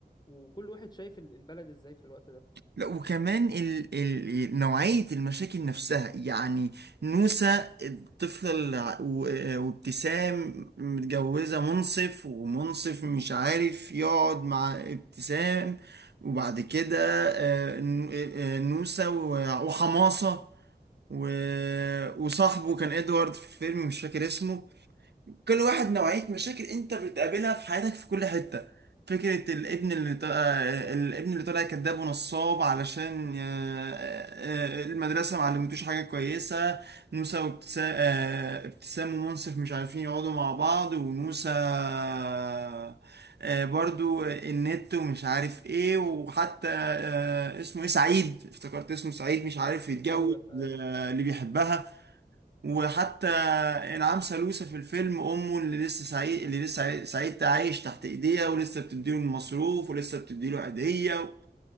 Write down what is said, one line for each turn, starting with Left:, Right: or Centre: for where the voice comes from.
Left: وكل واحد شايف ال- البلد ازاي في الوقت ده
Right: لا وكمان ال... ال... نوعية المشاكل نفسها يعني نوسة الطفلة الع- و- وابتسام متجوزة منصف ومنصف مش عارف يقعد مع ابتسام وبعد كده آه، ن- آه، نوسة و- وحماصة و... وصاحبه كان ادوارد في الفيلم مش فاكر اسمه كل واحد نوعية مشاكل انت بتقابلها في حياتك في كل حتة فكرة الابن اللي ط... آه، الابن اللي طالع كذاب ونصاب علشان آه، آه، آه، المدرسة ما علمتوش حاجة كويسة موسى وابتسام آه، ابتسام ومنصف مش عارفين يقعدوا مع بعض وموسى آه، آه، برضو النت ومش عارف ايه وحتى آه، اسمه ايه سعيد افتكرت اسمه سعيد مش عارف يتجوز
Left: ايوه ايوه
Right: آه، اللي بيحبها وحتى انعام سالوسة في الفيلم امه اللي لسه سعيد اللي لسه عاي- سعيد عايش تحت ايديها ولسه بتديله المصروف ولسه بتديله عيدية